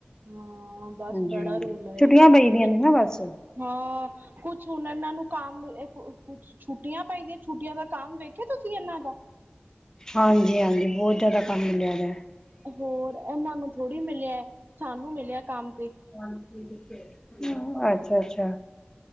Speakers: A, on the right; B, on the left.
A: ਹਾਂ, ਬਸ
B: ਹਾਂਜੀ
A: ਬੜਾ
B: ਹਾਂਜੀ
A: ਰੋਲ ਏ।
B: ਛੁੱਟੀਆਂ ਪਈ ਦੀਆਂ
A: ਇੱਕ
B: ਨੇ ਨਾ ਬਸ
A: ਹਾਂ ਕੁਛ ਹੁਣ ਇਹਨਾਂ ਨੂੰ ਕੰਮ। ਕੁਛ ਛੁੱਟੀਆਂ ਪਾਈ ਦੀਆਂ ਛੁੱਟੀਆਂ ਦਾ ਕੰਮ ਵੇਖਿਆ ਤੁਸੀਂ ਇਹਨਾਂ ਦਾ
B: ਹਾਂਜੀ, ਹਾਂਜੀ। ਬਹੁਤ ਜ਼ਿਆਦਾ ਕੰਮ ਮਿਲਿਆ ਦਾ
A: ਹੋਰ ਇਹਨਾਂ ਨੂੰ ਥੋੜ੍ਹੀ ਮਿਲਿਆ ਸਾਨੂੰ ਮਿਲਿਆ ਕੰਮ। ਤੇ
B: ਹਾਂਜੀ ਬ <inaudible> ਅੱਛਾ, ਅੱਛਾ।